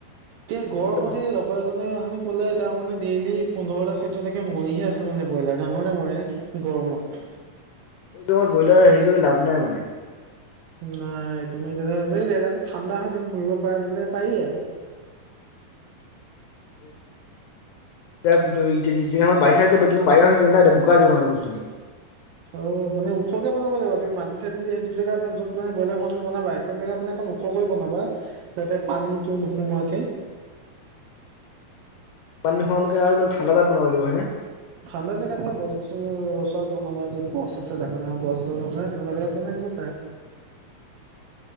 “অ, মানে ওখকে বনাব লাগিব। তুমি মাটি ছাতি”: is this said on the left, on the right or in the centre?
Right